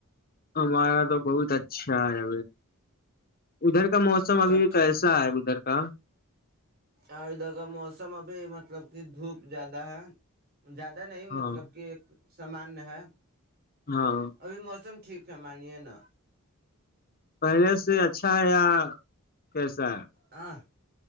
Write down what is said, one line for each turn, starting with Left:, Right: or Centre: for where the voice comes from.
Left: ہمارا تو بہت اچھا ہے ادھر کا موسم
Right: سب
Left: ابھی کیسا ہے ادھر کہ
Right: اور ادھر کا موسم ابھی مطلب کہ دھوپ زیادہ ہے زیادہ نہیں
Left: ہاں
Right: مطلب کہ ایک سامان ہے
Left: ہاں
Right: ابھی موسم ٹھیک مانی ن
Left: پہلے سے اچھا ہے یا کیسا ہے
Right: ہاں